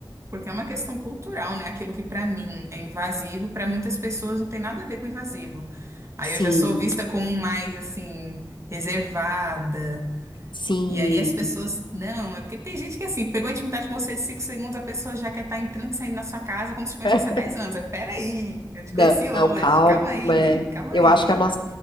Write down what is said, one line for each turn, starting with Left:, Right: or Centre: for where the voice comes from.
Right: Porque é uma questão cultural, né? Aquilo que pra mim é invasivo, pra muitas pessoas não tem nada a ver com invasivo. Aí
Left: Sim,
Right: eu já sou vista como mais assim, reservada.
Left: sim.
Right: E aí as pessoas, não, é porque tem gente que assim, pegou a intimidade com você de 5 segundos, a pessoa já quer estar entrando e saindo na sua casa como se te conhecesse
Left: <laughs>
Right: há 10 anos. É, peraí, eu te
Left: Não,
Right: conheci hoje,
Left: calma.
Right: calma aí,
Left: é.
Right: calma
Left: Eu
Right: aí.
Left: acho que a nossa,